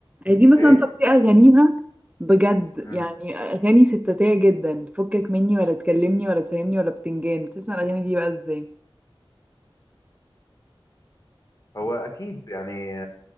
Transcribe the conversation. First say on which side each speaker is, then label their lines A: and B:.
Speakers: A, on the right; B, on the left.
A: دي مثلا
B: ايه
A: طب دي أغانيها بجد
B: مم.
A: يعني أغاني ستاتية جدا فكك مني ولا تكلمني ولا تفهمني ولا بتنجان بتسمع الأغاني دي بقى ازاي
B: هو اكيد يعني